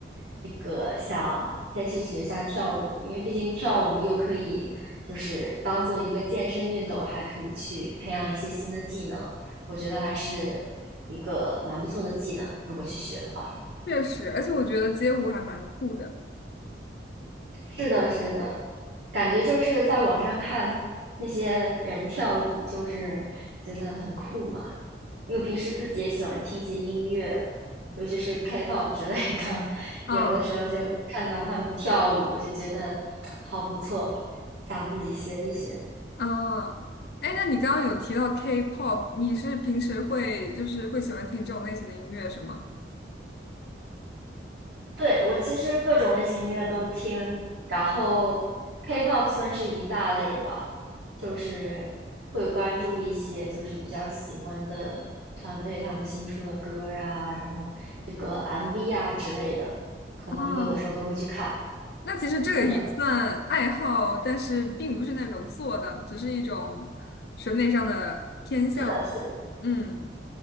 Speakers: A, on the right; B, on the left.
A: 这个想先去学一下跳舞，因为毕竟跳舞又可以就是当做一个健身运动，还可以去培养一些新的技能，我觉得还是一个蛮不错的技能，如果去学的话。
B: 确实，而且我觉得街舞还蛮酷的。
A: 是的，是的，感觉就是在网上看那些人跳舞，就是觉得很酷嘛。因为我平时自己也喜欢听一些音乐，尤其是 K-pop 之类的，<laughs>
B: 嗯
A: 有的时候就看到他们跳舞，就觉得好不错，想自己学一学。
B: 嗯，哎，那你刚刚有提到 K-pop，你是平时会就是会喜欢听这种类型的音乐是吗？
A: 对，我其实各种类型音乐都听，然后 K-pop 算是一大类吧，就是会关注一些就是比较喜欢的团队他们新出的歌儿啊，然后这个 MV 啊之类的，可能有的时候都会去看。
B: 啊，那其实这个也算爱好，
A: 是的，
B: 但是并不是那种做的，只是一种审美上的偏向。
A: 是的，是的，
B: 嗯。